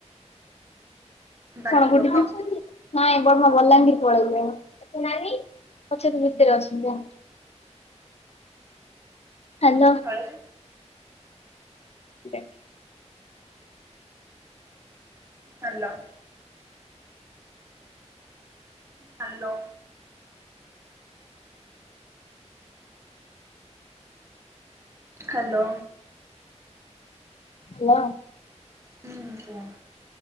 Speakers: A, on the right; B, on the left.
A: ଡାକିବ
B: କଣ ଗୋଠି
A: ତ
B: ଖାଇଛନ୍ତି? ନାଇଁ ବଡମା ବଲାଙ୍ଗୀର ପଳେଇଲେ। ଏ ନୀ ପଛେ ତ ଭିତରେ ଅଛନ୍ତି ଆ ହାଲୋ।
A: ହଳେ
B: ଦେ
A: ହାଲୋ। Hello hello.
B: ହାଲୋ।
A: ହୁଁ କୁହ।